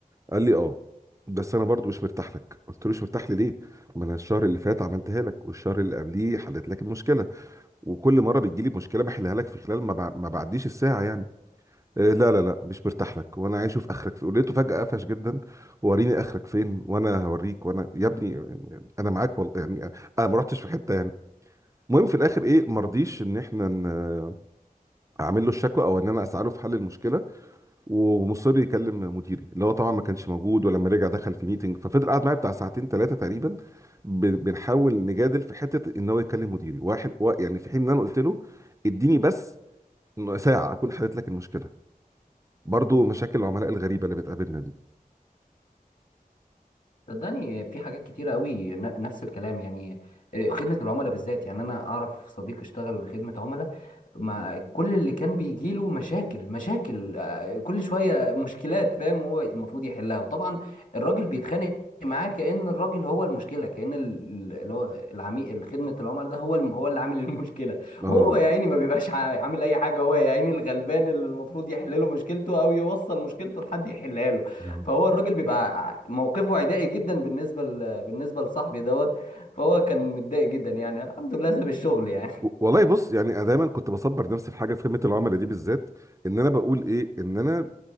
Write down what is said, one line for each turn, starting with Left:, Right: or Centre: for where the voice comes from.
Right: قال لي اه بس انا برضو مش مرتاح لك قلت له مش مرتاح لي ليه ما انا الشهر اللي فات عملتها لك والشهر اللي قبليه حلت لك المشكله وكل مره بتجيلي مشكله بحلها لك في خلال ما, بع... ما بعديش الساعه يعني إيه لا لا لا مش مرتاح لك وانا عايز اشوف اخرك فين ولقيته فجاه قفش جدا وريني اخرك فين وانا هوريك وانا يا ابني انا معاك والله يعني انا ما رحتش في حته يعني المهم في الاخر ايه ما رضيش ان احنا ن- اعمل له الشكوى او ان انا اسعى له في حل المشكله ومصر يكلم مديري اللي هو طبعا ما كانش موجود ولما رجع دخل في ميتنج ففضل قاعد معايا بتاع ساعتين ثلاثه تقريبا ب- بنحاول نجادل في حته ان هو يكلم مديري واحد وا- يعني في حين ان انا قلت له اديني بس ساعة أكون حلت لك المشكلة برضو مشاكل العملاء الغريبة اللي بتقابلنا دي
Left: صدقني في حاجات كتيره قوي ن- نفس الكلام يعني خدمه العملاء بالذات يعني انا اعرف صديق اشتغل خدمه عملاء مع كل اللي كان بيجيله مشاكل مشاكل آه، كل شوية مشكلات فاهم هو المفروض يحلها وطبعا الراجل بيتخانق معاه كأن الراجل هو المشكلة كأن ال- اللي هو العميل خدمة العملاء ده هو الم- هو اللي عامل <laughs> المشكلة
Right: اه
Left: وهو يا عيني ما بيبقاش عا- عامل أي حاجة هو يا عيني الغلبان اللي المفروض يحل له مشكلته أو يوصل مشكلته لحد يحلها له
Right: آه.
Left: فهو الراجل بيبقى ع- موقفه عدائي جدا بالنسبة ل... بالنسبة لصاحبي دوت فهو كان متضايق جدا يعني الحمد لله ساب الشغل يعني
Right: و- والله بص يعني انا دايما كنت بصبر نفسي في حاجه في خدمه العملاء دي بالذات ان انا بقول ايه ان انا